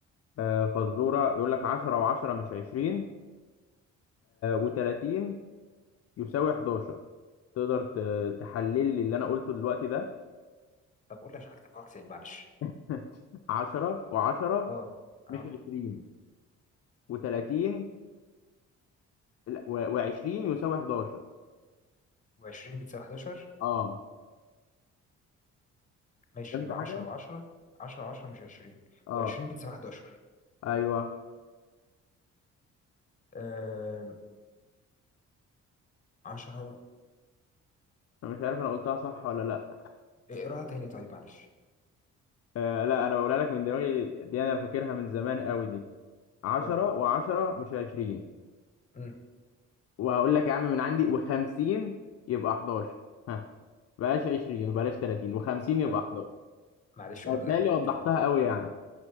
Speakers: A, on the left; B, on the left.
A: آه، فزورة يقول لك 10 و10 مش 20 و30 يساوي 11 تقدر ت- تحلل لي اللي انا قلته دلوقتي ده
B: طب قول لي عشان اكتب وراك تاني معلش
A: <laughs> 10 و10
B: اه اه
A: مش 20 و30 و20 يساوي 11
B: و20 بتساوي 11
A: اه
B: ماشي
A: فهمت
B: يبقى
A: حاجه
B: 10 و10 10 و10 مش 20
A: اه
B: و20 بتساوي 11
A: ايوه
B: آه 10
A: انا مش عارف انا قلتها صح ولا لا
B: اقراها تاني طيب معلش
A: آه لا انا بقولها لك من دماغي دي انا فاكرها من زمان قوي دي 10
B: طيب
A: و10 مش 20
B: امم
A: وهقول لك يا عم من عندي و50 يبقى 11 ها بلاش 20 وبلاش 30 و50 يبقى
B: طب
A: 11
B: معلش
A: بالتالي
B: قولها من الاول
A: وضحتها
B: تاني
A: قوي يعني